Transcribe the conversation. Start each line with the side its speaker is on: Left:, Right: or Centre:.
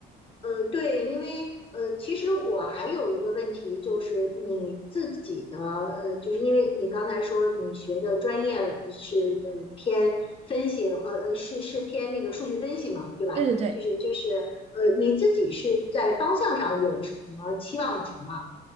Left: 呃，对，因为呃，其实我还有一个问题，就是你自己的呃，就是因为你刚才说你学的专业呃是呃偏分析，呃呃是是偏那个数据分析嘛，对吧？
Right: 对对对，
Left: 就是就是呃，你自己是在方向上有什么期望值吗？